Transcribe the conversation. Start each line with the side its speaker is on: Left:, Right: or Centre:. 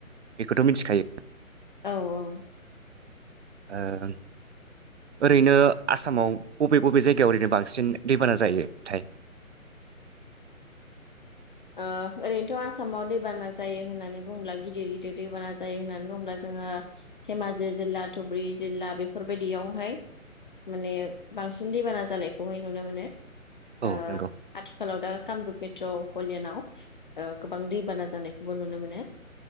Right: बेखौथ' मिन्थिखायो।
Left: औ औ
Right: ओ ओरैनो आसामाव बबे बबे जायगायाव ओरैनो बांसिन दैबाना जायो थाय?
Left: ओ ओरैनोथ' आसामाव दैबाना जायो होननानै बुङोब्ला गिदिर गिदिर दैबाना जायो होननानै बुङोब्ला जोङो धेमाजि जिल्ला धुबुरि जिल्ला बेफोरबायदियावहाय माने बांसिन दैबाना जानायखौहाय नुनो मोनो। ओ
Right: औ
Left: आथि
Right: नंगौ
Left: आखालाव दा कामरुप मेट्र' हलियानाव ओ गोबां दैबाना जानायखौबो नुनो मोनो।